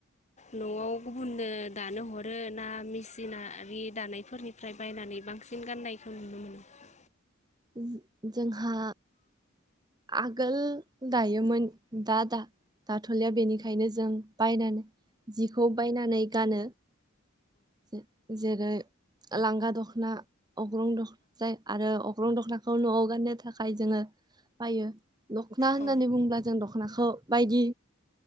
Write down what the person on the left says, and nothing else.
न'आव गुबुननो दानो हरो ना मेसिनारि दानायफोरनिफ्राय बायनानै बांसिन गाननायखौ नुनो मोनो
औ